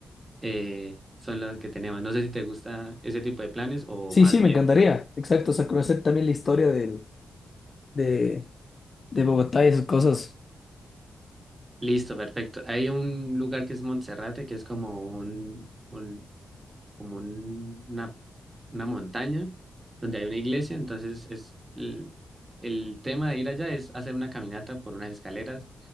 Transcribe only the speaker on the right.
eh, son las que tenemos. No sé si te gusta ese tipo de planes o
más
bien.
re-
Listo, perfecto. Hay un lugar que es Monserrate, que es como un, un- como un- una, una montaña donde hay una iglesia, entonces es el, el tema de ir allá es hacer una caminata por unas escaleras